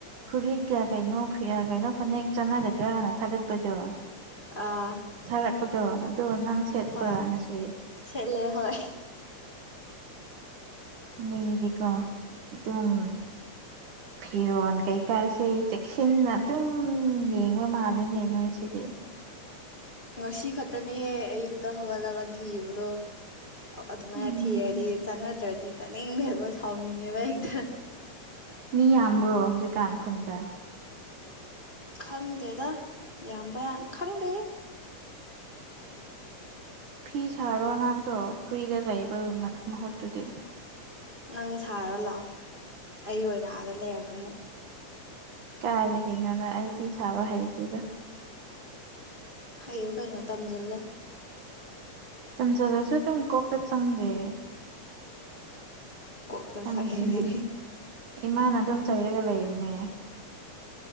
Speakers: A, on the right (about 75°); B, on the left (about 15°).
A: ꯐꯨꯔꯤꯠꯒ ꯀꯩꯅꯣ ꯀꯩꯅꯣ ꯐꯅꯦꯛ ꯆꯥꯟꯅꯒꯗ꯭ꯔꯅ ꯊꯥꯒꯠꯄꯗꯣ
B: ꯑꯥ
A: ꯊꯥꯔꯛꯄꯗꯣ ꯑꯗꯣ ꯅꯪ ꯁꯦꯠꯄ꯭ꯔꯥ
B: ꯍꯣꯏ
A: ꯉꯁꯤ
B: ꯁꯦꯠꯂꯦ ꯍꯣꯏ
A: ꯃꯤꯗꯤꯀꯣ ꯑꯗꯨꯝ ꯐꯤꯔꯣꯜ ꯀꯩꯀꯥꯁꯦ ꯆꯦꯛꯁꯤꯟꯅ ꯑꯗꯨꯝ ꯌꯦꯡꯕ ꯃꯥꯜꯂꯦꯅꯦ ꯅꯣꯏꯁꯤꯗꯤ
B: ꯉꯁꯤ ꯈꯛꯇꯅꯦꯍꯦ ꯑꯌꯨꯛꯇ ꯍꯧꯒꯠꯂꯒ ꯊꯤꯕꯗꯣ ꯑꯗꯨꯃꯥꯏꯅ
A: ꯎꯝ
B: ꯊꯤꯔꯗꯤ ꯆꯥꯟꯅꯗ꯭ꯔꯗꯤ ꯆꯠꯅꯤꯡꯗꯦꯕ ꯁꯥꯎꯅꯤꯡꯉꯦꯕ ꯍꯦꯛꯇ
A: ꯃꯤ ꯌꯥꯝꯕ꯭ꯔꯣ ꯍꯧꯖꯤꯛꯀꯥꯟ ꯈꯨꯟꯗ
B: ꯈꯪꯗꯦꯗ ꯌꯥꯝꯕ ꯈꯪꯗꯦꯍꯦ
A: ꯐꯤ ꯁꯥꯔꯣ ꯅꯪꯁꯨ ꯐ꯭ꯔꯤꯗ ꯂꯩꯕ ꯃꯍꯨꯠꯇꯨꯗꯤ
B: ꯅꯪ ꯁꯥꯔ ꯂꯥꯛꯑꯣ ꯑꯩ ꯑꯣꯏꯅ ꯑꯥꯗ ꯂꯩꯔꯒ ꯑꯃꯨꯛ
A: ꯀꯥꯏꯗꯒꯤꯅꯣꯗ ꯑꯩ ꯐꯤ ꯁꯥꯕ ꯍꯩꯇꯦꯗ
B: ꯍꯩꯌꯨ ꯀꯩꯅꯣ ꯇꯝꯖꯤꯜꯂꯣ
A: ꯇꯝꯖꯤꯜꯂꯁꯨ ꯗꯨꯝ ꯀꯣꯛꯇ ꯆꯪꯗꯦ
B: ꯀꯣꯛꯇ
A: ꯈꯪꯗꯦꯅꯦ
B: ꯆꯪꯗꯦ
A: ꯏꯃꯥꯅ ꯑꯗꯨꯝ ꯆꯩꯔꯒ ꯂꯩꯕꯅꯦ